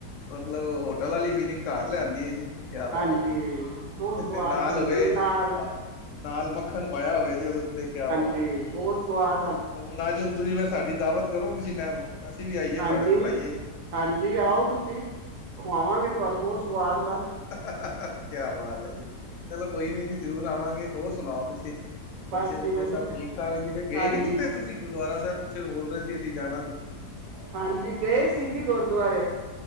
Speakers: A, on the left; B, on the right.
A: ਮਤਲਬ ਹੋਟਲ ਵਾਲੀ ਫੀਲਿੰਗ ਘਰ ਲਿਆਂਦੀ ਹੈ ਜੀ। ਕਿਆ ਬਾਤ
B: ਹਾਂਜੀ
A: ਹੈ
B: ਬਹੁਤ ਸਵਾਦ
A: ਨਾਲ
B: ਬਣਦੀ
A: ਹੋਵੇ
B: ਉਹ ਨਾਲ
A: ਅਹ ਨਾਲ ਮੱਖ਼ਣ ਪਾਇਆ ਹੋਵੇ ਜੇ ਉਦੋਂ ਫਿਰ ਕਿਆ ਬਾਤ
B: ਜੀ ਬਹੁਤ ਸਵਾਦ
A: ਨਾ ਜੀ ਹੁਣ ਫਿਰ ਸਾਡੀ ਦਾਅਵਤ ਕਰੋ ਕਿਸੇ ਟਾਈਮ ਅਸੀਂ ਵੀ ਆਈਏ
B: ਹਾਂਜੀ।
A: ਤੁਹਾਡੇ ਕੋਲ ਖਾਈਏ।
B: ਹਾਂਜੀ ਆਓ ਤੁਸੀਂ ਖਵਾਵਾਂਗੇ ਤੁਹਾਨੂੰ ਬਹੁਤ ਸਵਾਦ ਨਾਲ
A: <unintelligible> ਕਿਆ ਬਾਤ ਹੈ ਜੀ ਚਲੋ ਕੋਈ ਨੀ ਜੀ ਜ਼ਰੂਰ ਆਵਾਂਗੇ ਹੋਰ ਸੁਣਾਓ ਤੁਸੀਂ
B: ਬਸ
A: ਬੱਚੇ ਬੁੱਚੇ
B: ਜੀ ਵਧੀਆ,
A: ਸਭ ਠੀਕ ਠਾਕ ਜੀ ਫਿਰ ਗਏ
B: ਹਾਂਜੀ।
A: ਨੀ ਕਿੱਥੇ ਤੁਸੀਂ ਗੁਰਦੁਆਰਾ ਸਾਹਿਬ ਪਿੱਛੇ ਬੋਲ ਰਹੇ ਸੀ ਅਸੀਂ ਜਾਣਾ ਸੀ।
B: ਹਾਂਜੀ ਗਏ ਸੀ ਜੀ ਗੁਰਦੁਆਰੇ।